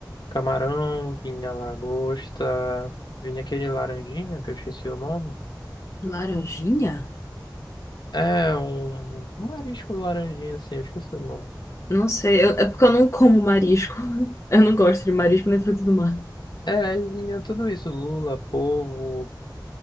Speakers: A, on the left; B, on the left.
A: camarão, vinha lagosta, vinha aquele laranjinha que eu esqueci o nome.
B: Laranjinha?
A: É, um marisco laranjinha assim, eu esqueci o nome.
B: Não sei, eu- é porque eu não como marisco. <laughs> Eu não gosto de marisco nem fruto do mar.
A: É, vinha tudo isso, lula, polvo,